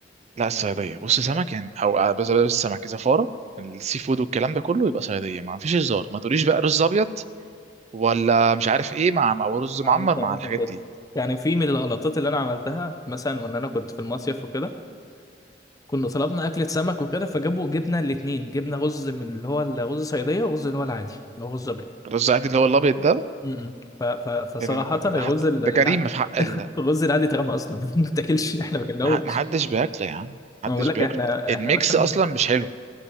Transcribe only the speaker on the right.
لا الصياديه بص سمك
يعني او آه، بس بس السمك زفاره السي فود والكلام ده كله يبقى صياديه ما فيش هزار ما تقوليش بقى رز ابيض ولا مش عارف ايه مع مع رز معمر
مع الحاجات
دي
الرز العادي اللي هو الابيض ده
ده, ده, ده,
ده, حد-
ده
جريمه في حق ال...
محدش بياكله يا عم محدش
بياكله
الميكس
اصلا مش حلو